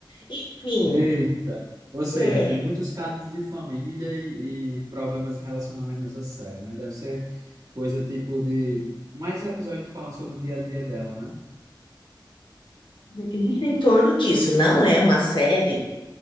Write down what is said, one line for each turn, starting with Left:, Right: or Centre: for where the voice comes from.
Left: Enfim,
Right: Eita! Ou seja,
Left: é,
Right: tem muitos casos de família e, e problemas de relacionamento nessa série, né? Deve ser coisa tipo de mais episódios falando sobre o dia a dia dela, né?
Left: que gira em torno disso. Não é uma série